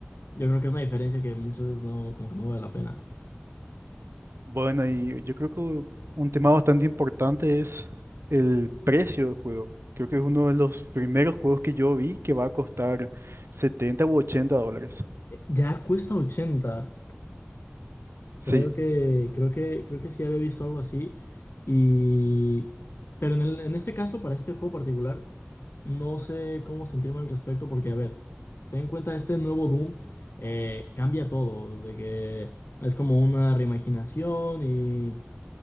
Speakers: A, on the left; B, on the right.
A: yo creo que es una diferencia que muchas veces no, como que no vale la pena.
B: Bueno, y yo creo que un tema bastante importante es el precio del juego. Creo que es uno de los primeros juegos que yo vi que va a costar 70 u 80 dólares.
A: Ya cuesta 80.
B: Sí.
A: Creo que, creo que, creo que sí había visto algo así. Y. Pero en el- en este caso, para este juego particular, no sé cómo sentirme al respecto, porque, a ver, ten en cuenta este nuevo Doom, eh, cambia todo, de que es como una reimaginación y.